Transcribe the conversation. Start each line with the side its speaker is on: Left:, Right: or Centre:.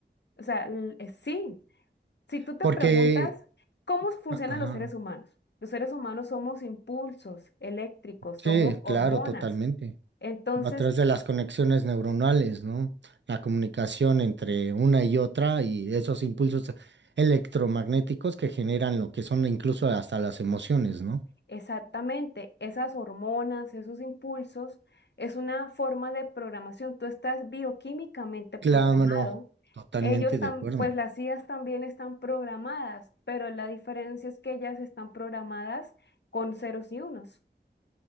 Left: o sea, l- eh, sí. Si tú te
Right: Porque,
Left: preguntas cómo funcionan
Right: ajá,
Left: los seres humanos, los seres humanos somos impulsos eléctricos, somos
Right: sí,
Left: hormonas.
Right: claro, totalmente.
Left: Entonces,
Right: atrás de las conexiones neuronales, ¿no? La comunicación entre una y otra y esos impulsos electromagnéticos que generan lo que son incluso hasta las emociones, ¿no?
Left: exactamente, esas hormonas, esos impulsos, es una forma de programación. Tú estás bioquímicamente programado.
Right: Claro, totalmente
Left: Ellos tam-
Right: de acuerdo.
Left: pues las IAs también están programadas, pero la diferencia es que ellas están programadas con ceros y unos.